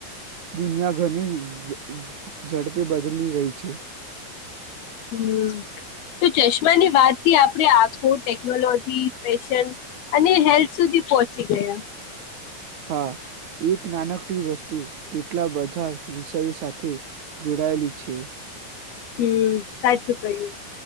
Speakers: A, on the right; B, on the left.
A: દુનિયા ઘરની હમ્મ ઝ ઝ ઝડપી બદલી રહી છે.
B: હમ્મ તો ચશ્માની વાતથી આપડે આખો ટેકનોલોજી, ફેશન અને હેલ્થ સુધી પોહોંચી ગયા.
A: હા એક નાનકડી વસ્તુ કેટલા બધા વિષયો સાથે જોડાયેલી છે.
B: હમ્મ, સાચું કયું